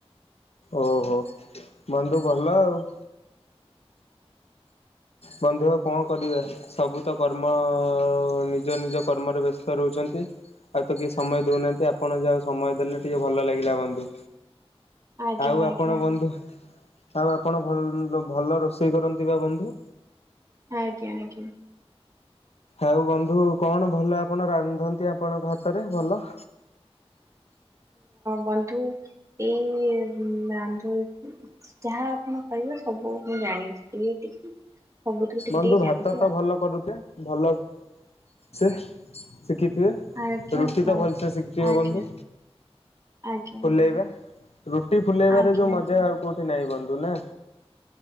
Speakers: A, on the left; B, on the right.
A: ଓହୋ ବନ୍ଧୁ ଭଲ ଆଉ ବନ୍ଧୁ ଆ କଣ କରିବେ ସବୁ ତ କର୍ମ ନିଜ ନିଜ କର୍ମରେ ବ୍ୟସ୍ତ ରହୁଛନ୍ତି ଆଉ ତ କିଏ ସମୟ ଦେଉନାହାନ୍ତି ଆପଣ ଯାହା ସମୟ ଦେଲେ ଟିକିଏ ଭଲ ଲାଗିଲା ବନ୍ଧୁ
B: ଆଜ୍ଞା
A: ଆଉ
B: ଆଜ୍ଞା ଆଜ୍ଞା
A: ଆପଣ ବନ୍ଧୁ ଆଉ ଆପଣଲ ଭଲ ରୋଷେଇ କରନ୍ତି ବା ବନ୍ଧୁ
B: ଆଜ୍ଞା ଆଜ୍ଞା
A: ଆଉ ବନ୍ଧୁ କଣ ଭଲ ଆପଣ ରାନ୍ଧନ୍ତି ଆପଣଙ୍କ ହାତରେ ଭଲ
B: ବନ୍ଧୁ ଏଇ ରାନ୍ଧୁ ଯାହା ଆପଣ କହିବେ ସବୁ ମୁଁ ଜାଣିଛି ଟିକେ ଟିକେ ସବୁଥିରୁ ଟିକେ
A: ବନ୍ଧୁ
B: ଟିକେ
A: ଭାତ
B: ଜାଣିଛି
A: ତ
B: ଆଉ।
A: ଭଲ କରୁଚେ ଭଲ ସେ ଶିଖିଥିବେ
B: ଆଜ୍ଞା
A: ରୁଟି
B: ହଁ
A: ତ ଭଲସେ ଶିଖିଥିବେ
B: ଆଜ୍ଞା
A: ବନ୍ଧୁ
B: ଆଜ୍ଞା
A: ଫୁଲେଇବା
B: ଆଜ୍ଞା।
A: ରୁଟି ଫୁଲେଇବାରେ
B: ଆଜ୍ଞା
A: ଯେଉଁ
B: ଆଜ୍ଞା
A: ମଜା ଆଉ କେଉଁଠି ନାହିଁ ବନ୍ଧୁ ଦନ